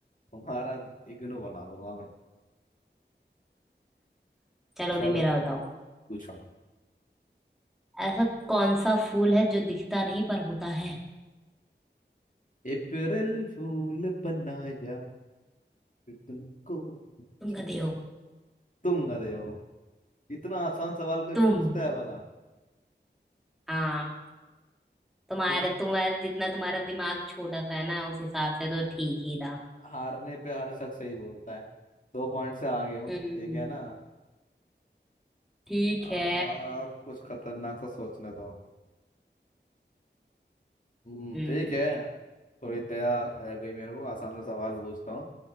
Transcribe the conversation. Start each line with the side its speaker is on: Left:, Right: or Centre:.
Left: तुम्हारा इग्नू बना दूंगा मैं
Centre: चलो अभी
Left: चलो
Centre: मेरा बताओ
Left: पूछो
Centre: ऐसा कौन सा फूल है जो दिखता नहीं पर होता है
Left: अप्रैल फूल बनाया तुमको अच्छा
Centre: तुम गधे हो
Left: तुम गधे हो इतना आसान सवाल कोई
Centre: तुम
Left: पूछता है वाला
Centre: हाँ तुम्हारे
Left: तो
Centre: तुम्हारे जितना तुम्हारा दिमाग छोटा सा है ना उस हिसाब से तो ठीक ही था
Left: हारने पे हर शख्स सही बोलता है दो पॉइंट से आगे हूँ
Centre: हम्म
Left: ठीक है ना
Centre: ठीक
Left: आप
Centre: है
Left: कुछ खतरनाक सा सोचने दो हम्म,
Centre: हम्म
Left: ठीक है थोड़ी दया आ गई मेरे को आसान सा सवाल पूछता हूँ